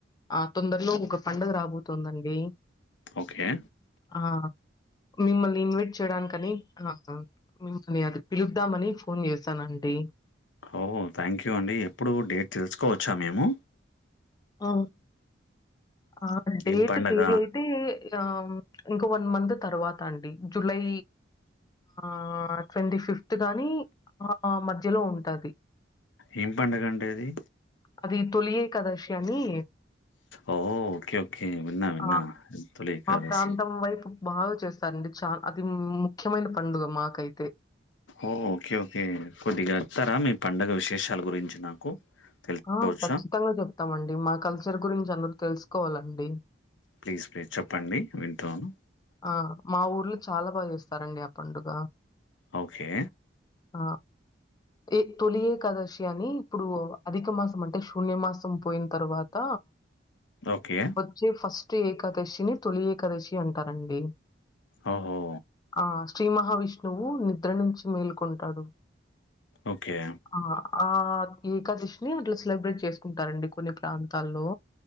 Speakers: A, on the left; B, on the left.
A: ఆ తొందరలో ఒక పండగ రాబోతుందండి
B: ఓకే
A: ఆ మిమ్మల్ని ఇన్వైట్ చేయడానికని నా మిమ్మల్ని అది పిలుదామని ఫోన్ చేసానండి
B: అ ఓ థ్యాంక్ యూ అండి ఎప్పుడు డేట్ తెలుసుకోవచ్చా మేము
A: ఆ ఆ డేట్
B: ఏం పండగ
A: తేది అయితే ఆ ఇంకా వన్ మంత్ తర్వాత అండి జులై ఆ ట్వంటీ ఫిఫ్త్ గాని ఆ మధ్యలో ఉంటది
B: ఏం పండగ అండి అది
A: అది తొలి ఏకాదశి అని
B: ఓ ఓకే ఓకే విన్నా విన్నా
A: ఆ!
B: తొలి ఏకాదశి
A: ప్రాంతం మా వైపు బాగా చేస్తారండి చాల అది ముఖ్యమైన పండుగ మాకైతే
B: ఓ ఓకే ఓకే కొద్దిగా చెప్తారా మీ పండుగ విశేషాల గురించి నాకు తెలుసుకోవచ్చా
A: ఆ ఖచ్చితంగా చెప్తామండి మా కల్చర్ గురించి అందరు తెలుసుకోవాలండి
B: ప్లీజ్ ప్లీజ్ చెప్పండి వింటాను
A: ఆ మా ఊర్లో చాలా బాగా చేస్తారండి ఆ పండుగ
B: ఓకే
A: ఆ ఏ తొలి ఏకాదశి అని ఇప్పుడు అధిక మాసం అంటే శూన్య మాసం పోయిన తర్వాత
B: ఓకే
A: వచ్చే ఫస్ట్ ఏకాదశిని తొలి ఏకాదశి అంటారండి
B: ఓహో
A: ఆ శ్రీ మహావిష్ణువు నిద్ర నుంచి మేల్కొంటాడు
B: ఓకే
A: ఆ ఆ ఏకాదశిని అట్లా సెలబ్రేట్ చేసుకుంటారండి కొన్ని ప్రాంతాల్లో